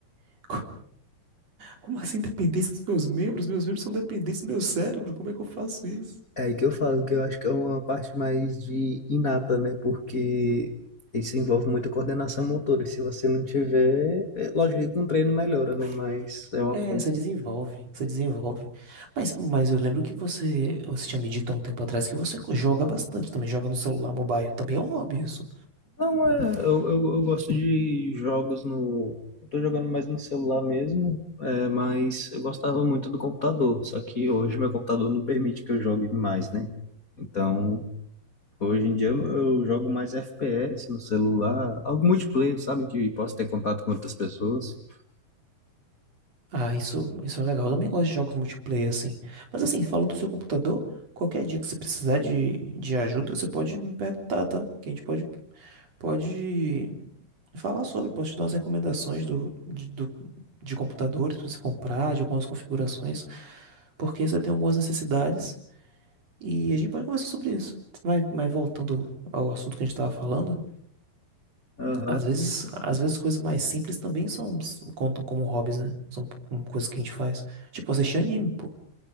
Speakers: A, on the right; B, on the left.
A: <laughs> Co- Como assim independência dos meus membros? Meus membros são dependentes do meu cérebro. Como é que eu faço isso?
B: É aí que eu falo que eu acho que é uma parte mais de inata, né? Porque isso envolve muita coordenação motora. Se você não tiver, é lógico que um treino melhora, né? Mas é uma
A: É,
B: coisa.
A: você desenvolve, você desenvolve. Mas, mas eu lembro que você, você tinha me dito há um tempo atrás que você joga bastante, também joga no celular mobile. Também é um hobby isso.
B: Não, é. Eu, eu, eu gosto de jogos no. Eu tô jogando mais no celular mesmo, é, mas eu gostava muito do computador. Só que hoje meu computador não permite que eu jogue mais, né? Então, hoje em dia eu eu jogo mais FPS no celular, algo multiplayer, sabe? Que posso ter contato com outras pessoas.
A: Ah, isso, isso é legal. Eu também gosto de jogos multiplayer, assim. Mas assim, falando do seu computador, qualquer dia que você precisar de, de ajuda, você pode me perguntar, tá? Que a gente pode Pode falar sobre, posso te dar umas recomendações do, de, do- de computadores para você comprar, de algumas configurações, porque você tem algumas necessidades e a gente pode conversar sobre isso. Mas, mas voltando ao assunto que a gente estava falando,
B: Aham.
A: às vezes, às vezes coisas mais simples também são, contam como hobbies, né? São hum, coisas que a gente faz. Tipo, assistir anime, pô.